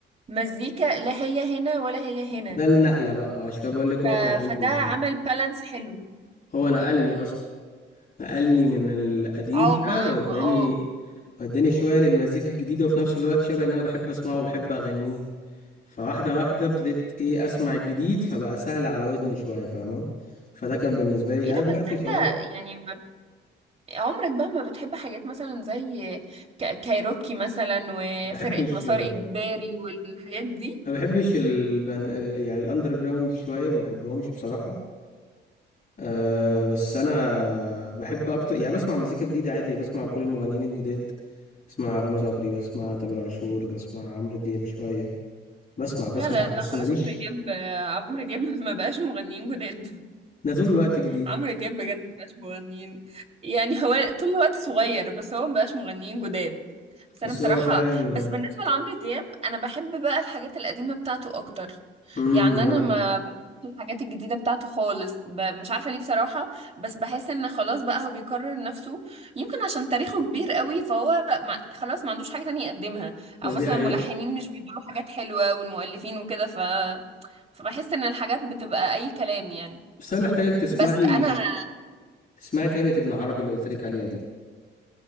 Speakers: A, on the right; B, on the left.
A: مزيكا لا هي هنا ولا هي هنا
B: ده النقله بقى عشان كده بقول لك هو
A: ف...
B: كان النقله
A: فده عمل
B: فعلا
A: بالانس حلو
B: هو نقلني اصلا نقلني من القديم
A: اه ما
B: ده واداني
A: ما اه
B: وداني شوية للمزيكا الجديدة وفي نفس الوقت شبه اللي أنا بحب أسمعه وبحب أغنيه فواحدة واحدة ابتديت إيه أسمع الجديد فبقى سهل على ودني شوية فاهمة فده كان بالنسبة لي
A: ايه
B: يعني
A: ده
B: دلوقتي
A: بس انت
B: خلاص
A: يعني ما... عمرك بقى ما بتحب حاجات مثلا زي ك... كايروكي مثلا وفرقة
B: ما بحبش
A: مسار إجباري والحاجات دي
B: ما بحبش البن... ال... يعني الأندر جراوند شوية ما بحبهمش بصراحة أه بس أنا بحب أكتر يعني بسمع مزيكا جديدة عادي يعني بسمع كل المغنيين الجداد بسمع رامي صبري بسمع تامر عاشور بسمع عمرو دياب شوية بسمع بسمع
A: لا لا
B: بس
A: لا خلاص
B: ماليش
A: عمرو دياب عمرو دياب <laughs> ما بقاش مغنيين جداد
B: أنا طول الوقت جديد
A: عمرو دياب بجد ما بقاش مغنيين يعني هو طول الوقت صغير بس هو ما بقاش مغنيين جداد بس
B: بس
A: انا بصراحة
B: هو فعلا
A: بس بالنسبة لعمرو دياب انا بحب بقى الحاجات القديمة بتاعته اكتر
B: امم
A: يعني
B: وانا
A: انا ما بحبش الحاجات الجديدة بتاعته خالص ب... مش عارفة ليه بصراحة بس بحس ان خلاص بقى هو بيكرر نفسه يمكن عشان تاريخه كبير قوي فهو ما... خلاص ما عندوش حاجة تانية يقدمها
B: بس
A: او مثلا
B: دي حقيقة
A: ملحنين مش بيدوا له حاجات حلوة والمؤلفين وكده ف فبحس ان الحاجات بتبقى اي كلام يعني
B: بس انا محتاجك تسمعي
A: بس انا
B: تسمعي فرقة ابن عربي اللي قلت لك عليها دي